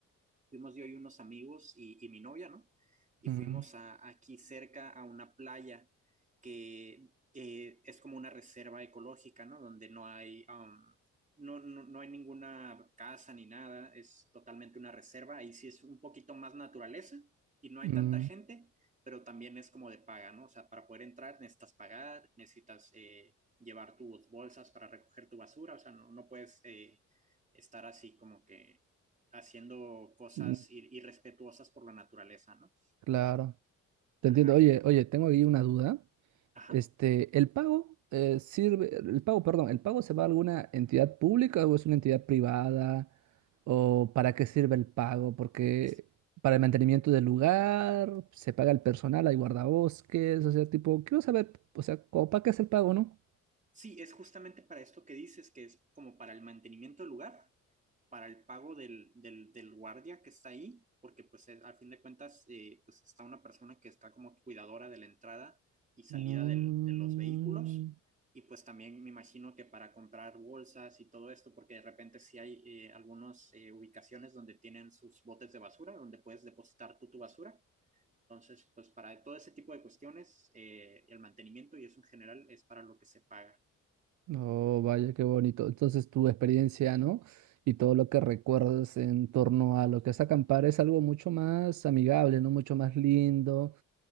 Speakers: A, on the right (about 25°); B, on the right (about 70°).
A: fuimos yo y unos amigos y, y mi novia, ¿no? Y
B: mm,
A: fuimos a, aquí cerca a una playa que eh, es como una reserva ecológica, ¿no? Donde no hay, um, no, no, no hay ninguna casa ni nada, es totalmente una reserva. Ahí sí es un poquito más naturaleza y no hay
B: mm,
A: tanta gente, pero también es como de paga, ¿no? O sea, para poder entrar necesitas pagar, necesitas eh, llevar tus bolsas para recoger tu basura, o sea, no, no puedes eh, estar así como que haciendo cosas
B: mm,
A: ir irrespetuosas por la naturaleza, ¿no?
B: claro. Te
A: Ajá,
B: entiendo. Oye,
A: y,
B: oye, tengo ahí una duda.
A: ajá.
B: Este, ¿el pago eh, sirve, el pago, perdón, el pago se va a alguna entidad pública o es una entidad privada? ¿O para qué sirve el pago? Porque
A: Es,
B: para el mantenimiento del lugar, se paga el personal, hay guardabosques, o sea, tipo, quiero saber, o sea, como, ¿para qué es el pago, no?
A: sí, es justamente para esto que dices, que es como para el mantenimiento del lugar, para el pago del, del, del guardia que está ahí, porque pues es, al fin de cuentas, eh, pues está una persona que está como cuidadora de la entrada y salida
B: Mm.
A: del, de los vehículos. Y pues también me imagino que para comprar bolsas y todo esto, porque de repente sí hay eh, algunas eh, ubicaciones donde tienen sus botes de basura, donde puedes depositar tú tu basura Entonces, pues para todo ese tipo de cuestiones, eh, el mantenimiento y eso en general es para lo que se paga.
B: Oh, vaya, qué bonito. Entonces, tu experiencia, ¿no? Y todo lo que recuerdas en torno a lo que es acampar es algo mucho más amigable, ¿no? Mucho más lindo.